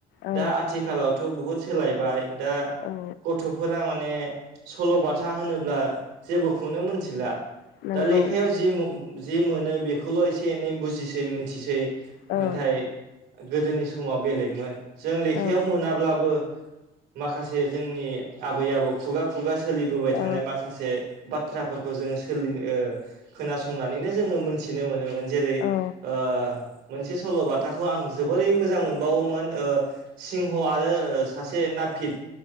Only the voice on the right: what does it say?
दा आथिखालावथ' बहुद सोलायबाय दा
गथ'फोरा माने सल'बाथा होनोब्ला जेबोखौनो मिथिला
दा लेखायाव जि जि मोनो बेखौल' एसे एनै बुजिसै मोनथिसै
नाथाय गोदोनि समाव बेलेगमोन जों लेखायाव
मोनाब्लाबो माखासे जोंनि आबै आबौ खुगा खुगा सोलिबोबाय थानाय
माखासे बाथ्राफोर खौ जों सोलि ओ खोनासंनानैनो जोङो मोनथिनो मोनोमोन। जेरै
ओ मोनसे सल'बाथाखौ आं जोबोरै मोजां मोनबावोमोन ओ सिंह आरो सासे नापिद